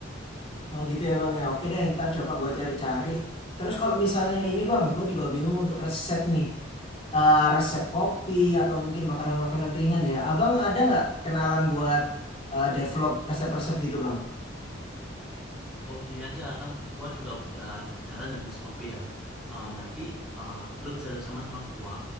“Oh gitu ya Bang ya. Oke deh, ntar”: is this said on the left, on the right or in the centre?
Left